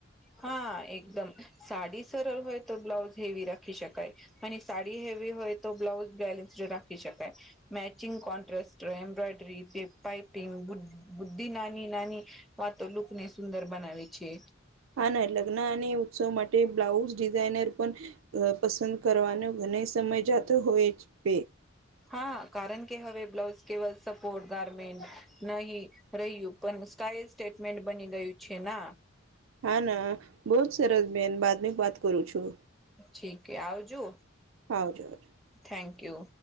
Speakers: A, in the centre; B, on the right (about 75°).
A: હા એકદમ સાડી સરળ હોય તો બ્લાઉઝ હેવી રાખી શકાય. અને સાડી હેવી હોય તો બ્લાઉઝ બેલેન્સડ રાખી શકાય. મેચિંગ કોન્ટ્રાસ એમ્બ્રોયડરી પાપિંગ બુદ્ધિ નાની નાની. વા તો લુક ને સુંદર બનાવે છે.
B: હા ના લગ્ન અને ઉત્સવ માટે બ્લાઉઝ ડિઝાઇનર પણ પસંદ. કરવાનો ઘણ સમય જાતો હોય બેે.
A: હા કારણ કે હવે બ્લાઉઝ કેવલ સપોર્ટ ગાર્મેન્ટ નહી. રહ્યું પણ સ્ટાઈલ સ્ટેટમેન્ટ બની ગયું છે ના.
B: હા ના બહ જ સરસ બેન બાદની વાત કરું છું.
A: ઠીકે આવજો.
B: હજ.
A: Thank you.